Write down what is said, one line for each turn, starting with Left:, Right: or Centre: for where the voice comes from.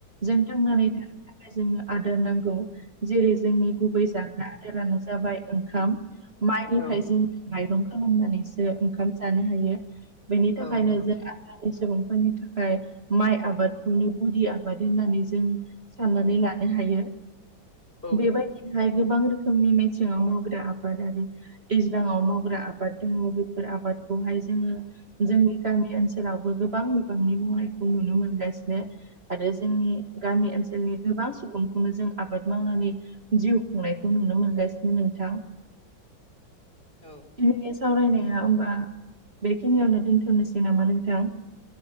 Right: जों थांनानै थानो थाखाय जोंनो आदार नांगौ जेरै जोंनि गुबै जाग्रा आदारानो जाबाय ओंखाम माइनिफ्राय
Left: औ
Right: जों माइरं खालामनानैसो ओंखाम जानो हायो बेनि थाखायनो
Left: औ नंगौ
Right: जों सुबुंफोरनि थाखाय माइ आबादखौनो गुदि आबाद होननानै जों साननानै लानो हायो।
Left: औ
Right: बेबायदिनोहाय गोबां रोखोमनि मेसेङाव मावग्रा आबाद आरो दैज्लाङाव मावग्रा आबाद दङ बेफोर आबादखौहाय जोङो जोंनि गामि ओनसोलावबो गोबां बिबांनि मावनायखौ नुनो मोनगासिनो आरो जोंनि गामि ओनसोलनि गोबां सुबुंखौनो जों आबाद मावनानै जिउ खुंनायखौ नुनो मोनगासिनो नोंथां
Left: औ
Right: दिनैनि सावरायनाया होमबा बेखिनियावनो दोनथ'नोसै नामा नोंथां